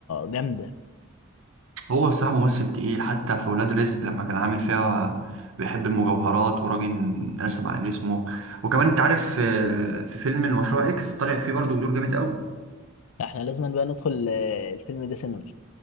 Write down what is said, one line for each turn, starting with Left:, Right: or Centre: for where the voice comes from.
Left: جامده
Right: هو الصراحة ممثل تقيل حتى في ولاد رزق لما كان عامل فيها بيحب المجوهرات وراجل رسم على جسمه وكمان انت عارف آه، في فيلم المشروع اكس طالع فيه برضه دور جامد قوي
Left: احنا لازم بقى ندخل آه، الفيلم ده سينما